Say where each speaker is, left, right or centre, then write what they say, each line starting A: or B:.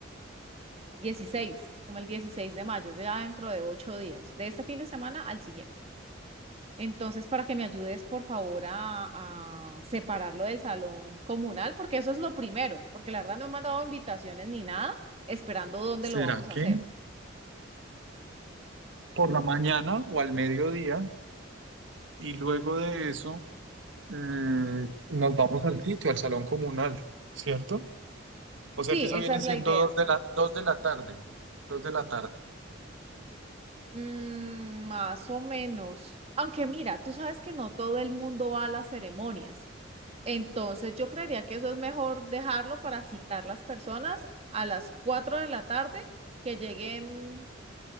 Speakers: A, on the right (about 30°); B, on the right (about 75°).
A: 16, como el 16 de mayo, es ya dentro de 8 días, de este fin de semana al siguiente. Entonces, para que me ayudes, por favor, a, a separarlo del salón comunal, porque eso es lo primero, porque la verdad no me han dado invitaciones ni nada, esperando dónde
B: ¿Será
A: lo vamos
B: que
A: a hacer.
B: por la mañana o al mediodía? Y luego de eso, mm, nos vamos al sitio, al salón comunal, ¿cierto? O
A: Sí,
B: sea que eso
A: esa
B: viene
A: es
B: siendo
A: la idea.
B: dos de la, dos de la tarde, dos de la tarde,
A: Mm, más o menos. Aunque mira, tú sabes que no todo el mundo va a las ceremonias. Entonces yo creería que eso es mejor dejarlo para citar las personas a las 4 de la tarde que lleguen.